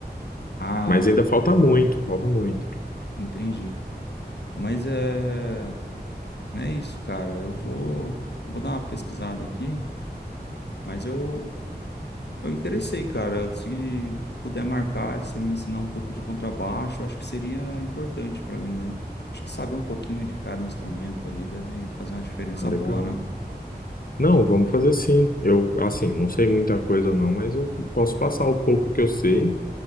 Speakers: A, on the left; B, on the left.
A: Ah,
B: Mas ainda falta muito, falta muito.
A: entendi. Mas é, é isso, cara. Eu vou, vou dar uma pesquisada aqui, mas eu, Eu interessei, cara. Se puder marcar, de você me ensinar um pouco de contrabaixo, eu acho que seria importante para mim, né? Acho que saber um pouquinho de cada instrumento ali deve fazer uma diferença
B: Ah, legal.
A: boa, né?
B: Não, vamos fazer sim. Eu, assim, não sei muita coisa não, mas eu posso passar o pouco que eu sei